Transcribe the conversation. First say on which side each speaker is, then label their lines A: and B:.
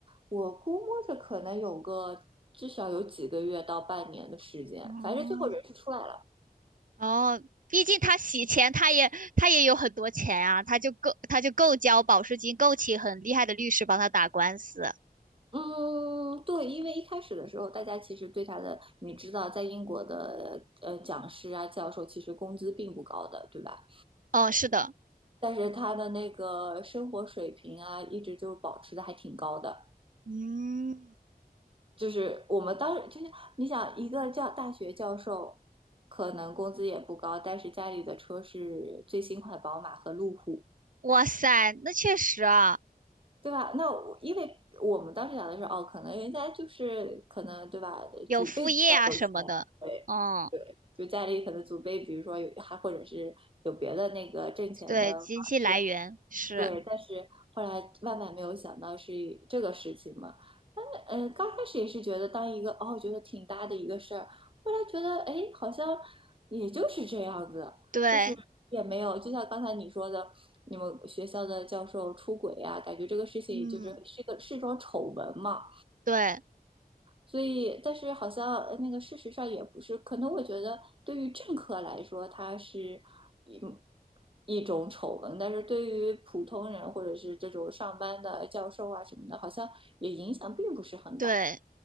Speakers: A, on the right; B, on the right.
A: 我估摸着可能有个至少有几个月到半年的时间，
B: 哦
A: 反正最后人是出来了。
B: 哦，毕竟他洗钱，他也他也有很多钱啊，他就够他就够交保释金，够请很厉害的律师帮他打官司。
A: 嗯，对，因为一开始的时候，大家其实对他的，你知道，在英国的呃讲师啊、教授，其实工资并不高的，对吧？
B: 哦，是的，
A: 但是他的那个生活水平啊，一直就保持的还挺高的。
B: 嗯，
A: 就是我们当时就是你想一个教大学教授，可能工资也不高，但是家里的车是最新款宝马和路虎，
B: 哇塞，那确实啊。
A: 对吧？那我因为我们当时想的是，哦，可能人家就是可能对吧，
B: 有副业啊什么的。
A: 祖辈比较有钱，对对，
B: 嗯，
A: 就家里可能祖辈，比如说有还或者是有别的那个挣钱的方式，
B: 对，经济来源是，
A: 对，但是后来万万没有想到是这个事情嘛。但是，嗯，呃刚开始也是觉得当一个哦，觉得挺大的一个事儿，后来觉得哎，诶好像也就是这样子，
B: 对，
A: 就是也没有，就像刚才你说的，你们学校的教授出轨呀、感觉这个事情就是是一个是一种丑闻嘛。
B: 嗯，对
A: 所以，但是好像呃那个事实上也不是，可能我觉得对于政客来说，它是一一种丑闻，但是对于普通人或者是这种上班的教授啊什么的，好像也影响并不是很大，
B: 对，